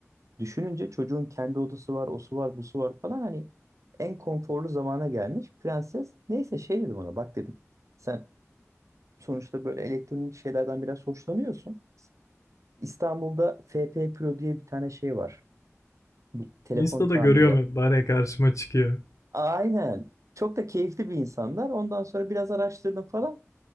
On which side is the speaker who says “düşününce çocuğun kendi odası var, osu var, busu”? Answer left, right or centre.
Right